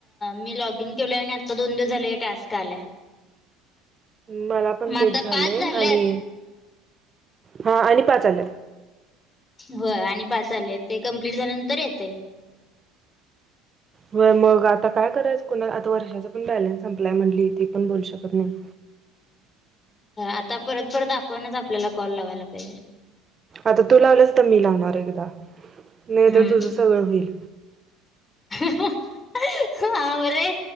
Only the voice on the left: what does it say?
मी लॉग इन केलोय आणि आता दोन दिवस झाले टास्क आलाय.
मग
आता
पाच झाल्यात
होय, आणि पाच आले ते कम्प्लीट झाल्यानंतर येतय
आता परत परत आपणच आपल्याला कॉल लावायला पाहिजे.
हम्म
हहह. हावरे,